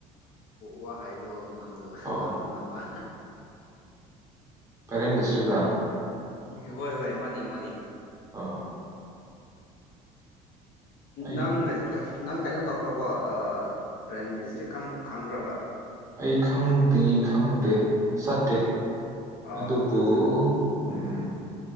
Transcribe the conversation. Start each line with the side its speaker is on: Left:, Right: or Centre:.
Left: ꯋꯥ ꯍꯥꯏꯕꯣ ꯉꯝꯗꯕ
Right: ꯍꯣꯏ ꯍꯣꯏ
Left: ꯉꯝꯕ
Right: ꯀꯥꯔꯦꯟ ꯗꯤꯁꯇ꯭ꯔꯤꯛꯔ
Left: ꯎꯝ ꯍꯣꯏ ꯍꯣꯏ ꯃꯥꯅꯤ ꯃꯥꯅꯤ
Right: ꯍꯣꯏ ꯑꯩ
Left: ꯅꯪ ꯅꯪ ꯀꯩꯅꯣ ꯇꯧꯈ꯭ꯔꯕꯣ ꯄ꯭ꯔꯦꯟ ꯗꯤꯁꯇ꯭ꯔꯤꯛ ꯈꯪꯕ꯭ꯔꯕ
Right: ꯑꯩ ꯈꯪꯗꯤ ꯈꯪꯗꯦ ꯆꯠꯇꯦ
Left: ꯑ
Right: ꯑꯗꯨꯕꯨ
Left: ꯑꯠꯆꯥ ꯑꯠꯆꯥ
Right: ꯎꯝ